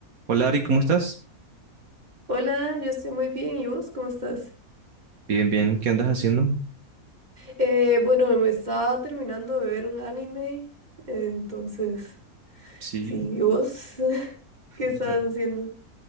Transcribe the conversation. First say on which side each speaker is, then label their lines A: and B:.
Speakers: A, on the right; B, on the right.
A: Hola Ari, ¿cómo estás?
B: Hola, yo estoy muy bien. ¿Y vos cómo estás?
A: Bien, bien, ¿qué andas haciendo?
B: Eh, bueno, me estaba terminando de ver un anime, entonces,
A: Sí.
B: sí, ¿y vos <laughs>
A: <laughs>
B: qué estabas haciendo?